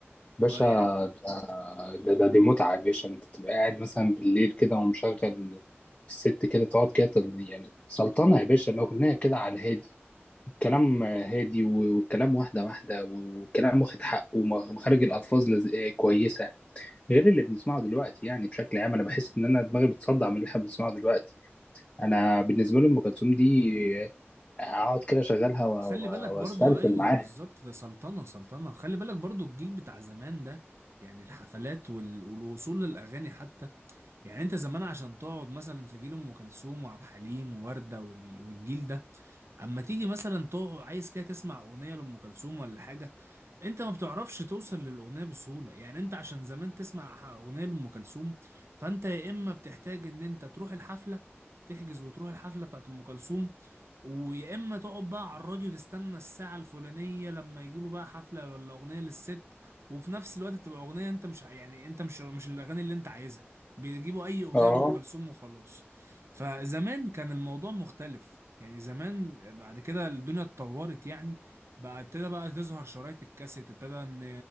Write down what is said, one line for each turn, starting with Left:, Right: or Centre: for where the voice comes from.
Left: باشا
Right: ولا يعني
Left: ده, ده, ده دي متعة يا باشا انت تبقى قاعد مثلا بالليل كده ومشغل الست كده تقعد كده تل- يعني سلطنة يا باشا الأغنية كده على الهادي الكلام هادي و- والكلام واحدة واحدة و- والكلام واخد حقه ومخارج الألفاظ لز... آه، كويسة غير اللي بنسمعه دلوقتي يعني بشكل عام أنا بحس إن أنا دماغي بتصدع من اللي احنا بنسمعه دلوقتي أنا بالنسبة لي أم كلثوم دي آه، أقعد كده أشغلها و-
Right: خلي
Left: و-
Right: بالك برضو
Left: وأستلفل
Right: ايوه
Left: معاها
Right: بالظبط ده سلطنة سلطنة خلي بالك برضو الجيل بتاع زمان ده يعني الحفلات وال... والوصول للاغاني حتى يعني انت زمان عشان تقعد مثلا في جيل ام كلثوم وعبد الحليم ووردة وال- والجيل ده اما تيجي مثلا تقعد عايز كده تسمع اغنية لام كلثوم ولا حاجة انت ما بتعرفش توصل للاغنيه بسهوله يعني انت عشان زمان تسمع ح- اغنيه لام كلثوم فانت يا اما بتحتاج ان انت تروح الحفله تحجز وتروح الحفله بتاعت ام كلثوم ويا اما تقعد بقى على الراديو تستنى الساعه الفلانيه لما يجيبوا بقى حفله ولا اغنيه للست وفي نفس الوقت تبقى اغنيه انت مش ع- يعني انت مش مش الاغاني اللي انت عايزها بيجيبوا اي اغنيه
Left: اه
Right: لام كلثوم وخلاص فزمان كان الموضوع مختلف يعني زمان بعد كده الدنيا اتطورت يعني بقى ابتدى بقى تظهر شرايط الكاسيت ابتدى ان